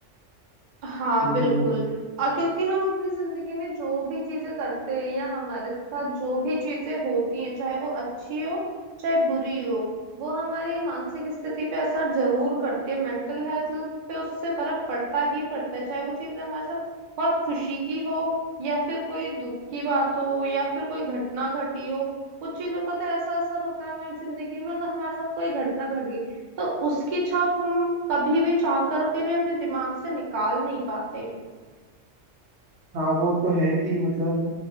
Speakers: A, on the right; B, on the right.
A: हाँ
B: वो
A: बिल्कुल
B: भी है
A: और क्योंकि हम अपनी जिंदगी में जो भी चीजें करते हैं या हमारे साथ जो भी चीजें होती हैं चाहे वो अच्छी हो चाहे बुरी हो वो हमारी मानसिक स्थिति पे असर जरूर करती है मेंटल हेल्थ पे उससे फर्क पड़ता ही पड़ता है चाहे वो चीजें हमारे साथ बहुत खुशी की हो या फिर कोई दुख की बात हो या फिर कोई घटना घटी हो कुछ चीजों का तो ऐसा असर होता है हमारी जिंदगी में अगर हमारे साथ कोई घटना घट गई तो उसकी छाप हम कभी भी चाह करके भी अपने दिमाग से निकाल नहीं पाते
B: हाँ वो तो है कि मतलब